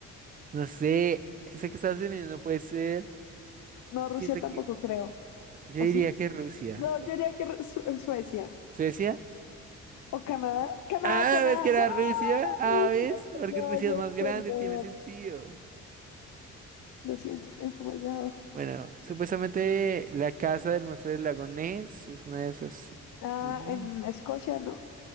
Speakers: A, on the right; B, on the left.
A: No sé, sé que Estados Unidos no puede ser.
B: No,
A: Siento
B: Rusia tampoco
A: que...
B: creo.
A: Yo
B: ¿O
A: diría
B: sí?
A: que Rusia.
B: No,
A: ¿O
B: yo diría que Ru- Su- Suecia.
A: ¿Suecia?
B: O Canadá, Canadá,
A: Ah,
B: Canadá.
A: ¿ves que era
B: ¡Wow!
A: Rusia? Ah, ¿ves?
B: Perdón,
A: Porque Rusia es más grande,
B: perdón.
A: tiene sentido.
B: Lo siento, he fallado.
A: Bueno, supuestamente la casa del monstruo del lago Ness es una de esas
B: Ah,
A: islas.
B: en Escocia, ¿no?